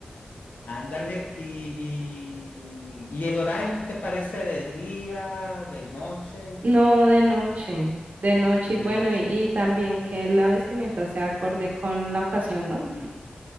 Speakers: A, on the left; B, on the right.
A: Ándale, y, y, y el horario qué te parece de día, de noche,
B: No de noche, de noche
A: de
B: y bueno,
A: noche.
B: y, y también que la vestimenta sea acorde con la ocasión, ¿no?